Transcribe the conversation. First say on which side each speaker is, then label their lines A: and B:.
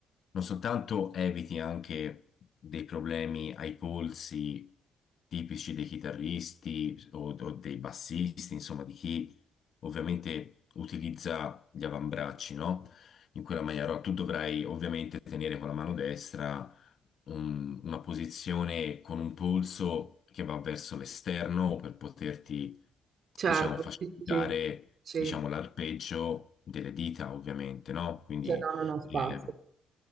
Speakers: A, on the left; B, on the right.
A: non soltanto eviti anche dei problemi ai polsi tipici dei chitarristi o, o dei bassisti, insomma, di chi ovviamente utilizza gli avambracci, no? In quella maniera, no, tu dovrai ovviamente tenere con la mano destra un- una posizione con un polso che va verso l'esterno per poterti
B: Certo,
A: diciamo, facilitare,
B: sì, sì, sì.
A: diciamo, l'arpeggio delle dita, ovviamente, no? Quindi
B: Dice, no, non ho spazio.
A: eh,